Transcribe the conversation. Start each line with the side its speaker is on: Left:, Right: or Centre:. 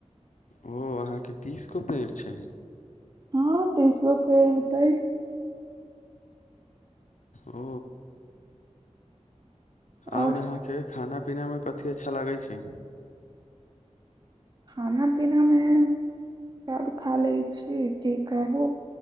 Left: ओ अहाँकेँ तीसगो पेड़ छै।
Right: हँ तीस गो पेड़ होतै।
Left: आ और
Right: आ
Left: आहा के खाना पीना मे कथि अच्छा लागै छै।
Right: खाना पीना मे सभ खा ले छी। कहू